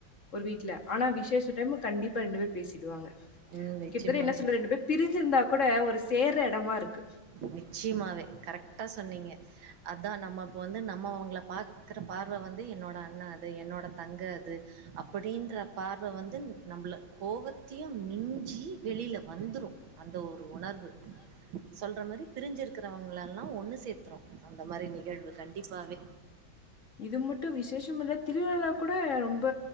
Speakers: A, on the left (about 40°); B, on the right (about 85°).
A: ஒரு வீட்ல ஆனா விசேஷ டைம் கண்டிப்பா ரெண்டு பேர் பேசிடுவாங்க
B: ம். நிச்சயமாவே.
A: கிட்டத்தட்ட என்ன சொல்ற ரெண்டு பேர் பிரிஞ்சிருந்தா கூட ஒரு சேர்ற எடமா இருக்கு
B: நிச்சியமாவே கரெக்டா சொன்னீங்க அதா நம்ம இப்ப வந்து நம்ம அவங்கள பாக்குற பார்வ வந்து என்னோட அண்ண அது என்னோட தங்க அது அப்டின்ற பார்வ வந்து நம்மள கோவத்தையு மிஞ்சி வெளில்ல வந்துரு அந்த ஒரு உணர்வு
A: <inaudible>
B: <unintelligible> மாரி பிரிஞ்சிருக்கிறவங்கள எல்லா ஒண்ணு சேத்துறு அந்த மாரி நிகழ்வு கண்டிப்பாவே
A: இது மட்டு விசேஷமில்ல திருவிழா கூட ரொம்ப